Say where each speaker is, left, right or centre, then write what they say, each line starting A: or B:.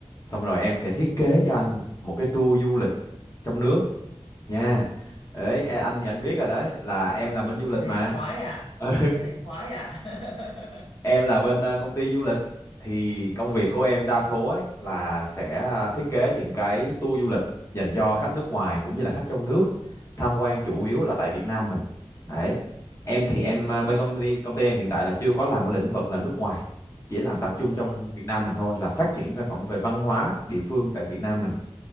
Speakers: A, on the left (about 30°); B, on the left (about 65°).
A: Xong rồi em sẽ thiết kế cho anh một cái tour du lịch trong nước nha. Đấy, a- anh thì
B: rồi
A: anh biết
B: cái
A: rồi đấy
B: cái này,
A: là em làm bên du
B: cái
A: lịch
B: này
A: mà.
B: anh khoái
A: <laughs>
B: à
A: Ừ,
B: cái này anh khoái à
A: em
B: <laughs>
A: là bên ờ, công ty du lịch thì công
B: Ờ,
A: việc của em đa số ấy là sẽ ờ, thiết kế những cái tour du lịch dành cho khách nước ngoài cũng như là khách trong nước tham quan chủ
B: ừ
A: yếu là tại Việt Nam mình đấy em thì em ờ, bên công ty công ty em hiện tại là chưa có làm ở lĩnh vực là nước ngoài chỉ làm tập trung
B: à,
A: trong Việt Nam mình thôi là phát triển sản phẩm về văn hóa địa phương tại Việt Nam mình